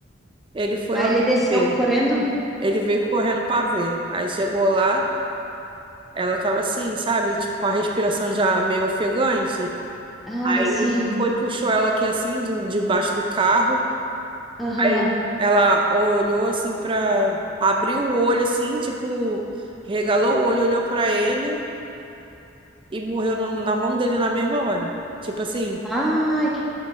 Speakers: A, on the right; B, in the centre.
A: ele foi
B: Aí
A: lá
B: ele desceu
A: ver,
B: correndo.
A: ele veio correndo pra ver. Aí chegou lá, ela tava assim, sabe, tipo, com a respiração já meio ofegante.
B: Ai,
A: Aí
B: sim.
A: ele foi, puxou ela aqui assim, do, debaixo do carro.
B: Aham.
A: Aí ela olhou assim pra. abriu o olho assim, tipo, regalou o olho, olhou pra ele e morreu na na mão dele na mesma hora. Tipo assim,
B: Ai, que